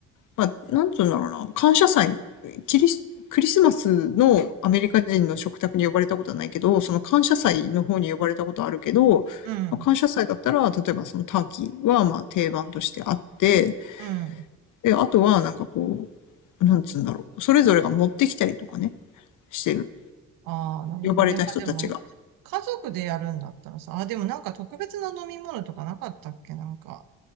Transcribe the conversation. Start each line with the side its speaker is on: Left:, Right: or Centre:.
Left: まあなんつうんだろうな、感謝祭、キリス、クリスマスのアメリカ人の食卓に呼ばれたことはないけど、その感謝祭の方に呼ばれたことはあるけど、
Right: うん、
Left: まあ、感謝祭だったら、例えばそのターキーはまあ定番としてあって、
Right: うん。
Left: で、あとはなんかこう、なんつうんだろう、それぞれが持ってきたりとかね、してる。
Right: ああ、なるほどね。
Left: 呼ばれた人たちが。
Right: まあでも、家族でやるんだったらさ、あ、でもなんか特別な飲み物とかなかったっけなんか、